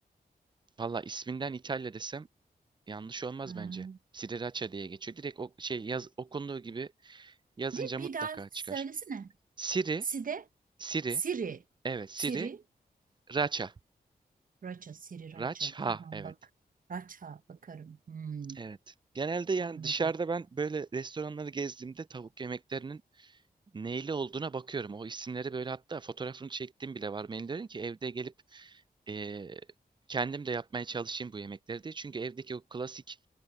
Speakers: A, on the right (about 25°); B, on the right (about 55°).
A: Valla isminden İtalya desem yanlış olmaz
B: Ha.
A: bence. Sriracha diye geçiyor. Direkt o şey yaz, okunduğu gibi yazınca
B: Ne?
A: mutlaka
B: Bir daha
A: çıkar.
B: söylesene.
A: Siri,
B: Side,
A: Siri,
B: Siri.
A: evet Siri,
B: Siri,
A: Racha.
B: Raça, Siri,
A: Racha,
B: Raça. Tamam
A: evet.
B: bak. Raça bakarım. Hmm,
A: Evet. Genelde yani
B: anladım.
A: dışarıda ben böyle restoranları gezdiğimde tavuk yemeklerinin neyle olduğuna bakıyorum. O isimleri böyle hatta fotoğrafını çektiğim bile var. Menülerin ki evde gelip eee, kendim de yapmaya çalışayım bu yemekleri diye. Çünkü evdeki o klasik